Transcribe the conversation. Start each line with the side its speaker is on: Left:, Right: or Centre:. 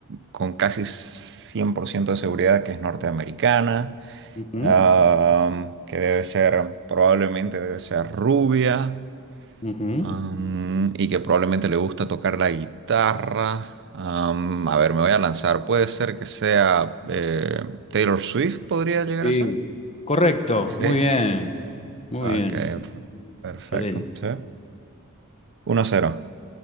Right: con casi 100% de seguridad que es norteamericana,
Left: Ujú,
Right: ah, que debe ser, probablemente debe ser rubia,
Left: ujú.
Right: am, y que probablemente le gusta tocar la guitarra. Am, a ver, me voy a lanzar. Puede ser que sea eh, Taylor Swift, podría llegar
Left: Sí.
Right: a ser.
Left: Correcto,
Right: Sí.
Left: muy bien, muy
Right: Ok,
Left: bien,
Right: perfecto,
Left: excelente.
Right: sí. Uno cero.